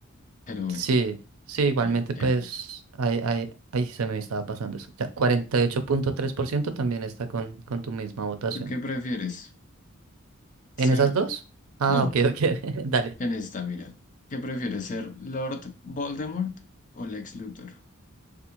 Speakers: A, on the left; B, on the right.
A: Pero
B: Sí,
A: bueno,
B: sí, igualmente
A: eh,
B: pues
A: eh, eh.
B: ahí, ahí, ahí se me estaba pasando eso. Ya, cuarenta y ocho punto tres por ciento también está con, con tu misma votación.
A: ¿Tú qué prefieres? ¿Ser?
B: ¿En esas dos? Ah,
A: No,
B: ok, ok, <laughs> dale.
A: en esta, mira. ¿Qué prefieres ser Lord Voldemort o Lex Luthor?